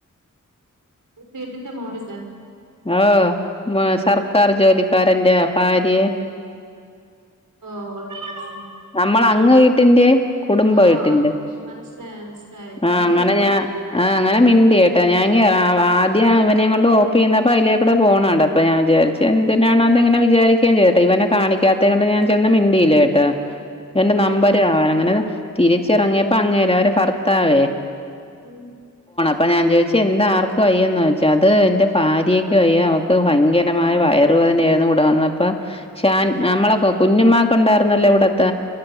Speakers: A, on the right; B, on the left.
A: വീട്ടിന്റെ മോളിലാ
B: ഓ മ സർക്കാർ ജോലിക്കാരൻന്റെ ഭാര്യയെ
A: ഓ ഓ
B: നമ്മൾ അങ്ങ് വീട്ടിന്റെ കുടുംബ
A: ഓഹ്
B: ആയിട്ടുണ്ട്
A: ഓഹ് മനസ്സിലായി മനസ്സിലായി
B: ആഹ്
A: വണ്ടിയില്ലേ
B: അങ്ങനെ ഞാൻ ആഹ് അങ്ങനെ മിണ്ടിയട്ടാ ഞാൻ ങ്ങ ആദ്യം അവനെയും കൊണ്ട് ഓപ്പി നിന്നപ്പോ അയിലേക്കോടെ പോകുന്നത് അപ്പൊഞാൻ വിചാരിച്ചു എന്തിനാണോ ഇങ്ങനെ വിചാരിക്ക ചെയ്തട്ടെ ഇവെനെ കാണിക്കാത്തത് കൊണ്ട് ഞാൻ ചെന്ന് മിണ്ടിയില്ല കേട്ടോ എന്റെ നമ്പര്
A: ആഹ്
B: ആവാൻ അങ്ങനെ തിരിച്ചറങ്ങിയപ്പോ അങ്ങേരുടെഭർത്താവേ
A: ഉം
B: അപ്പഞാൻ ചോദിച്ചു എന്താർക്ക വയ്യന്ന് വെച്ചാൽ അത് എൻ്റെ ഭാര്യയ്ക്ക് വയ്യാ അവക്ക് ഭയങ്കരമായ വയറ റ് വേദന ആയിരുന്നു ഇവിടെ വന്ന പ്പൊ ക്ഷെനമ്മളെ കുഞ്ഞുമ്മാക്ക് ഉണ്ടായിരുന്നല്ലോ ഇവിടെ ത്ത